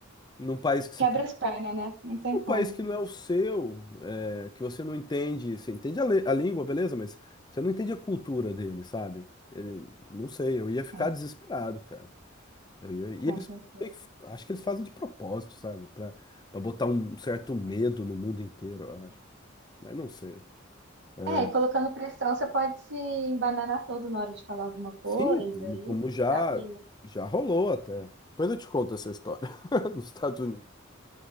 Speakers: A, on the left; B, on the right.
A: num país que você...
B: Quebra
A: que-
B: as pernas, né? Não tem
A: um país
B: como.
A: que não é o seu, é, que você não entende, você entende a, le- a língua, beleza, mas você não entende a cultura dele, sabe? Ele, não sei, eu ia ficar
B: é,
A: desesperado, cara. Eu ia-
B: com
A: E eles,
B: certeza.
A: meio que- acho que eles fazem de propósito, sabe? Pra, pra botar um um certo medo no mundo inteiro, eu acho. Mas não sei. É,
B: É, e colocando pressão, você pode se embananar todo na hora de falar alguma coisa
A: sim, como,
B: e
A: como já,
B: dá ruim, né?
A: já rolou até. Depois eu te conto essa história <laughs> nos Estados Unidos.